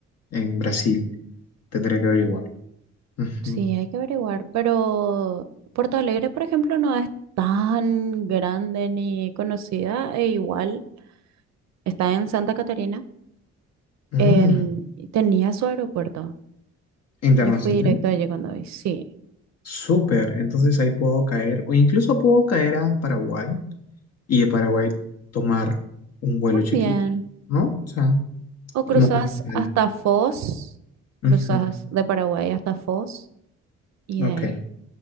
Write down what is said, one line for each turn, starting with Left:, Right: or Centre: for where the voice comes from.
Left: en Brasil. Tendré que averiguar. Ujú.
Right: sí, hay que averiguar, pero Porto Alegre, por ejemplo, no es tan grande ni conocida, e igual está en Santa Catarina,
Left: Mm,
Right: en... y tenía su aeropuerto.
Left: internacional.
Right: Yo fui directo allí cuando vi. Sí,
Left: Súper. Entonces ahí puedo caer, o incluso puedo caer a Paraguay y de Paraguay tomar un vuelo
Right: también.
Left: chiquito, ¿no? O sea,
Right: O cruzas
Left: como una escala.
Right: hasta Foz,
Left: Ujú.
Right: cruzas de Paraguay hasta Foz y
Left: Ok,
Right: de ahí.